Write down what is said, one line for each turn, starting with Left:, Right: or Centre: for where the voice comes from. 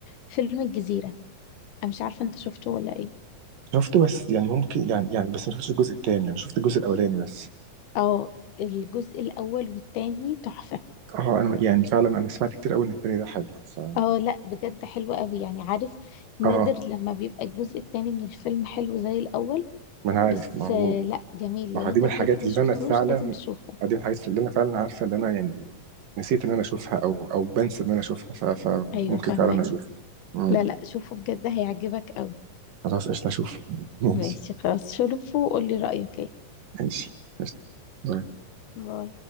Left: فيلم الجزيرة انا مش عارفة انت شفته ولا ايه
Right: شفته بس يعني ممكن يعني يعني بس ما شفتش الجزء الثاني يعني شفت الجزء الاولاني بس
Left: اه الجزء الاول والتاني تحفة
Right: اه انا يعني فعلا انا سمعت كتير قوي ان الثاني ده حلو ف
Left: اه لا بجد حلو قوي يعني عارف نادر
Right: اه
Left: لما بيبقى الجزء التاني من الفيلم حلو زي الاول
Right: ما انا عارف
Left: بس
Right: ما هو
Left: آه، لا جميل
Right: ما
Left: لو
Right: هو دي
Left: انت
Right: من
Left: بجد
Right: الحاجات
Left: ما
Right: اللي
Left: شفتوش
Right: انا فعلا
Left: لازم تشوفه
Right: آه، دي من الحاجات اللي انا فعلا عارفه اللي انا يعني نسيت ان انا اشوفها او او بنسى ان انا اشوفها ف... فممكن
Left: ايوه فاهمك
Right: فعلا اشوفها امم
Left: لا لا شوفه بجد هيعجبك قوي
Right: خلاص قشطه اشوف <laughs> ماشي
Left: ماشي خلاص شوفه وقولي رأيك ايه
Right: ماشي قشطة. باي.
Left: باي